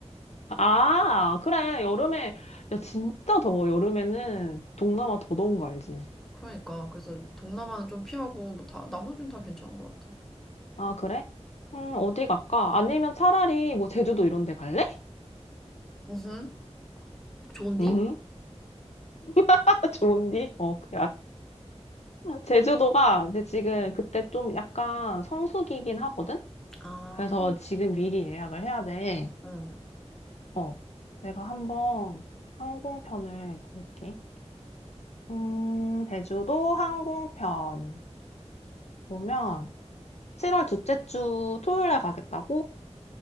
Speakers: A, on the left (about 70°); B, in the centre.
A: 아 그래 여름에 야 진짜 더워 여름에는 동남아 더 더운 거 알지?
B: 그러니까 그래서 동남아는 좀 피하고 뭐 다 나머지는 다 괜찮은 것 같아.
A: 아 그래? 음 어디 갈까? 아니면 차라리 뭐 제주도 이런 데 갈래?
B: 음. 좋은디?
A: 음 <laughs> 좋은디? 어그 제주도가 이제 지금 그때 좀 약간 성수기긴 하거든?
B: 아,
A: 그래서 지금 미리 예약을 해야 돼.
B: 응.
A: 어, 내가 한번 항공편을 볼게. 음, 제주도 항공편 보면 7월 둘째 주 토요일에 가겠다고?